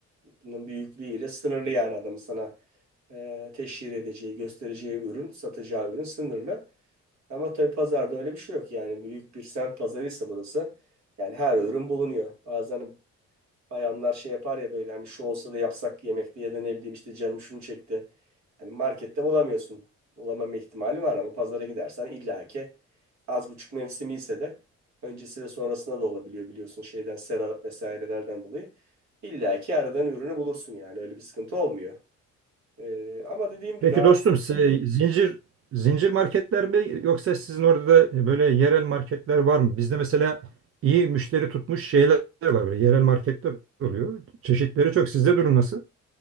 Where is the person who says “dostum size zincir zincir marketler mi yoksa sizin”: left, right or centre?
Right